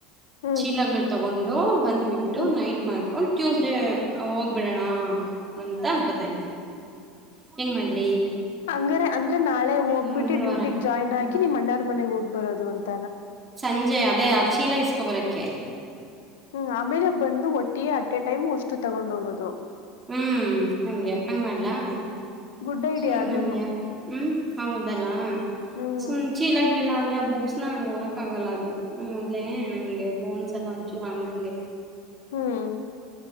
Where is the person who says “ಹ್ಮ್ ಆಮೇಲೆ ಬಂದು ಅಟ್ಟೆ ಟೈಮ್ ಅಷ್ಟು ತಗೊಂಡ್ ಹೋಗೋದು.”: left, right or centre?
Left